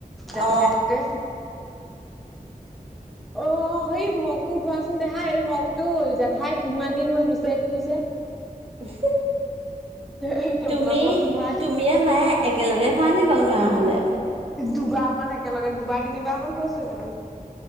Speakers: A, in the centre; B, on the right.
A: জাঠাইহঁতে?
B: অ
A: অ' হে মগটো উঠোৱাচোন দেহা, এইটো মগটো জেঠাই কিমান দিন হ'ল বিচাৰি ফুৰিছে। <unintelligible>
B: <unintelligible>
A: এই টেবুলৰ
B: তুমি
A: তলত সোমাই
B: তুমিয়ে মায়ে একেলগে খুৱানে বাৰু নোৱাৰা হ'লে?
A: দুবাৰ মান একেলগে দুবাৰ তিনিবাৰ মান হৈছোঁ একেলগে।